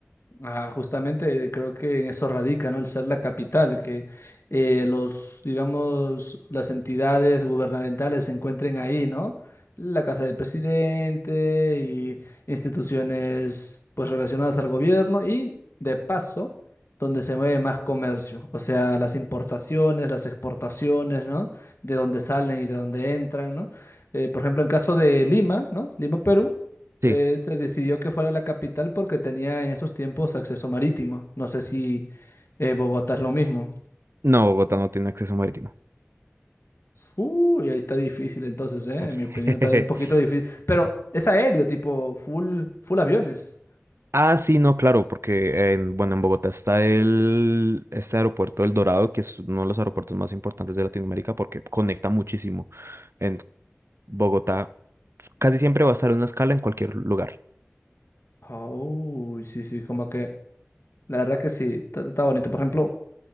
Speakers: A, on the left (about 60°); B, on the right (about 65°).
A: Ah, justamente creo que en eso radica, ¿no? El ser la capital, que eh, los, digamos, las entidades gubernamentales se encuentren ahí, ¿no? La casa del presidente y instituciones pues relacionadas al gobierno y de paso donde se mueve más comercio, o sea, las importaciones, las exportaciones, ¿no? De dónde salen y de dónde entran, ¿no? Eh, por ejemplo, en caso de Lima, ¿no? Lima, Perú
B: Sí,
A: eh, se decidió que fuera la capital porque tenía en esos tiempos acceso marítimo. No sé si eh, Bogotá es lo mismo.
B: no, Bogotá no tiene acceso marítimo.
A: Uy, ahí está difícil entonces, ¿eh? En
B: <laughs>
A: mi opinión está un poquito difícil. Pero es aéreo, tipo full, full aviones.
B: Ah, sí, no, claro, porque en, bueno, en Bogotá está el, este aeropuerto El Dorado, que es uno de los aeropuertos más importantes de Latinoamérica porque conecta muchísimo. En Bogotá casi siempre va a estar una escala en cualquier lugar.
A: Uy, sí, sí, como que la verdad que sí, está, está bonito. Por ejemplo,